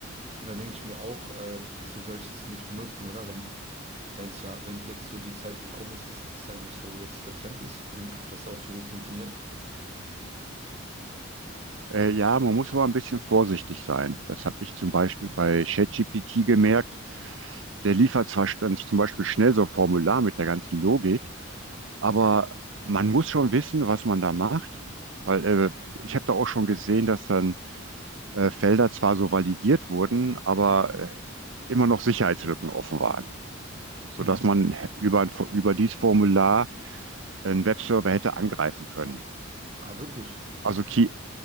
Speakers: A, on the right; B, on the right.
A: Und dann denke ich mir auch, äh, wieso soll ich es nicht benutzen, oder? Wenn, wenn es ja, wenn jetzt so die Zeit gekommen ist, dass das eigentlich so jetzt der Trend ist und das auch so gut funktioniert.
B: Äh, ja, man muss aber ein bisschen vorsichtig sein. Das habe ich zum Beispiel bei ChatGPT gemerkt. Der liefert zwar st- dann zum Beispiel schnell so ein Formular mit der ganzen Logik, aber man muss schon wissen, was man da macht. Weil äh, ich habe da auch schon gesehen, dass dann äh, Felder zwar so validiert wurden, aber äh, immer noch Sicherheitslücken offen waren. sodass
A: Mhm.
B: man über, ein, über dieses Formular einen Webserver hätte angreifen können.
A: Aber wirklich.
B: Also Ki,